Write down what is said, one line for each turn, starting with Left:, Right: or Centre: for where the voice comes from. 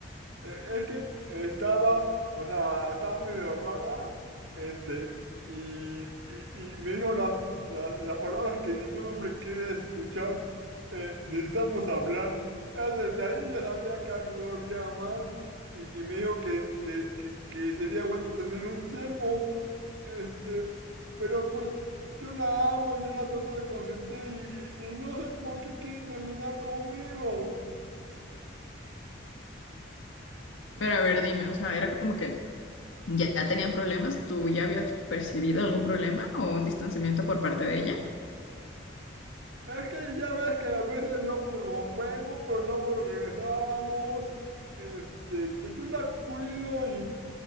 Right: Eh, Es que estaba, o sea, estaba medio rara, este, y, y, y me dijo las, las, las palabras que ningún hombre quiere escuchar, eh, necesitamos hablar. Ya desde ahí ya sabía que algo había mal, y, y me dijo que, que, que, que sería bueno tener un tiempo, este, pero pues yo la amo, yo la trato de consentir, y, y, y no sé por qué quiere terminar conmigo.
Left: Pero a ver, dime, o sea, era como que ya tenían problemas, ¿tú ya habías percibido algún problema o un distanciamiento por parte de ella?
Right: Es que ya ves que a veces lo rompemos, pero luego regresábamos. Este, pues yo la cuido y,